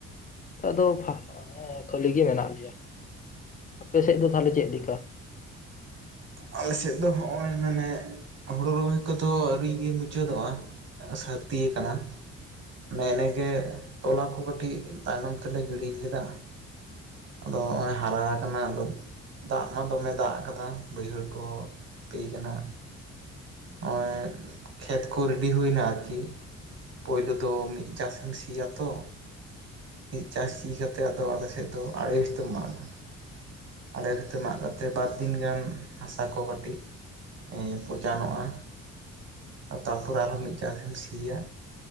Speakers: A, on the left; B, on the right.
A: ᱟᱫᱚ ᱯᱷᱟᱸᱠ ᱦᱚᱸ ᱠᱷᱟᱹᱞᱤ ᱜᱮ ᱢᱮᱱᱟᱜ ᱞᱮᱭᱟ᱾ ᱟᱯᱮ ᱥᱮᱫ ᱫᱚ ᱛᱟᱦᱚᱞᱮ ᱪᱮᱫ ᱞᱮᱠᱟ?
B: ᱟᱞᱮ ᱥᱮᱫ ᱫᱚ ᱦᱚᱜ-ᱚᱭ ᱢᱟᱱᱮ ᱦᱳᱲᱳ ᱨᱚᱦᱚᱭ ᱠᱚᱫᱚ ᱟᱹᱣᱨᱤᱜᱮ ᱢᱩᱪᱟᱹᱫᱚᱜ-ᱟ᱾ ᱥᱟᱹᱨᱫᱤᱭ ᱟᱠᱟᱱᱟ᱾ ᱱᱮ ᱮᱱᱮᱜᱮ ᱛᱚᱞᱟ ᱠᱚ ᱠᱟᱹᱴᱤᱡ ᱛᱟᱭᱱᱚᱢ ᱛᱮᱞᱮ ᱜᱤᱲᱤ ᱞᱮᱫᱟ, ᱟᱫᱚ ᱦᱚᱜ-ᱚᱭ ᱦᱟᱨᱟ ᱟᱠᱟᱱᱟ ᱟᱫᱚ ᱫᱟᱜ ᱢᱟ ᱫᱚᱢᱮ ᱫᱟᱜ ᱟᱠᱟᱫᱟ ᱵᱟᱹᱭᱦᱟᱹᱲ ᱠᱚ <unintelligible> ᱠᱟᱱᱟ᱾ ᱦᱚᱜ-ᱚᱭ ᱠᱷᱮᱛ ᱠᱚ ᱨᱮᱰᱤ ᱦᱩᱭ ᱮᱱᱟ ᱟᱨᱠᱤ, ᱯᱳᱭᱞᱳ ᱫᱚ ᱢᱤᱫ ᱪᱟᱥᱮᱢ ᱥᱤᱭᱟ ᱛᱚ, ᱢᱤᱫ ᱪᱟᱥ ᱥᱤ ᱠᱟᱛᱮᱫ ᱫᱚ ᱟᱞᱮ ᱥᱮᱫ ᱫᱚ ᱟᱲᱮ ᱵᱷᱤᱛᱚᱢ ᱢᱟᱜᱟ᱾ ᱟᱲᱮ ᱵᱷᱤᱛᱟᱹ ᱢᱟᱜ ᱠᱟᱛᱮᱫ ᱵᱟᱨ ᱫᱤᱱ ᱜᱟᱱᱼᱼ ᱦᱟᱥᱟ ᱠᱚ ᱠᱟᱹᱴᱤᱡ <inaudible> ᱯᱚᱪᱟᱱᱚᱜ-ᱟ᱾ ᱛᱟᱨᱯᱚᱨᱮ ᱟᱨᱦᱚᱸ ᱢᱤᱫ ᱪᱟᱥᱮᱢ ᱥᱤᱭᱟ